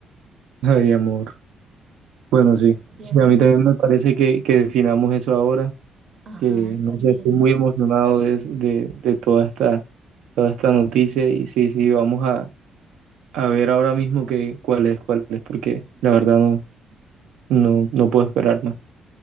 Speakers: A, on the right; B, on the right.
A: Ay, amor. Bueno,
B: ¿Qué,
A: sí.
B: piensas?
A: Sí, a mí también me parece que, que definamos eso ahora,
B: Ajá,
A: que
B: a mí
A: no
B: también.
A: sé, estoy muy emocionado de, es- de, de toda esta, toda esta noticia y sí, sí, vamos a, a ver ahora mismo que, cuál es, cuál es, porque la verdad no, no, no puedo esperar más.